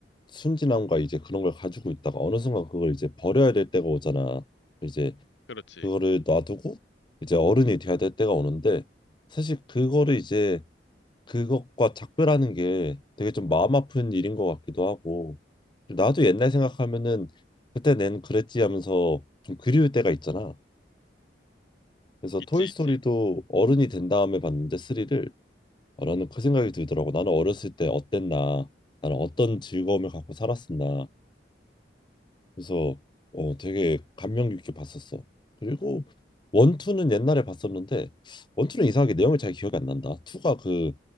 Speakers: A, on the left; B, on the left.
A: 순진함과 이제 그런 걸 가지고 있다가 어느 순간 그걸 이제 버려야 될 때가 오잖아. 이제
B: 그렇지.
A: 그거를 놔두고 이제 어른이 돼야 될 때가 오는데 사실 그거를 이제 그것과 작별하는 게 되게 좀 마음 아픈 일인 것 같기도 하고 나도 옛날 생각하면은 그때 낸 그랬지 하면서 좀 그리울 때가 있잖아. 그래서
B: 있지,
A: 토이스토리도
B: 있지.
A: 어른이 된 다음에 봤는데 3를 라는 그 생각이 들더라고. 나는 어렸을 때 어땠나? 나는 어떤 즐거움을 갖고 살았었나? 그래서 어 되게 감명 깊게 봤었어. 그리고 원투는 옛날에 봤었는데 원투는 이상하게 내용이 잘 기억이 안 난다. 투가 그